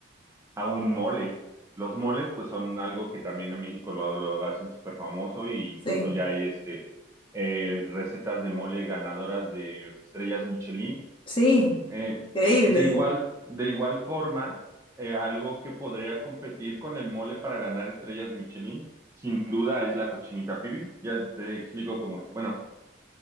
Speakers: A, on the right; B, on the left.
A: a un mole. Los moles, pues, son algo que también en México lo, lo hacen súper famoso e incluso
B: Sí,
A: ya hay este, eh, recetas de mole ganadoras de estrellas Michelin.
B: sí,
A: Eh,
B: increíble.
A: de igual, de igual forma, eh, algo que podría competir con el mole para ganar estrellas Michelin, sin duda, es la cochinita pibil. Ya te explico cómo es. Bueno,